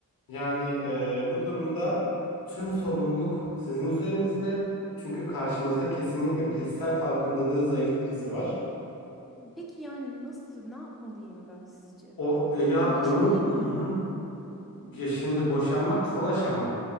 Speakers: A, on the left; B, in the centre.
A: yani e, bu durumda tüm sorumluluk sizin üzerinizde. Çünkü karşımızda kesinlikle bilişsel farkındalığı zayıf birisi var.
B: Peki yani nasıl, ne yapmalıyım ben sizce?
A: O e, ya
B: Hani
A: onun
B: boşanayım
A: hı
B: mı?
A: hı. Ya şimdi boşanmak son aşama.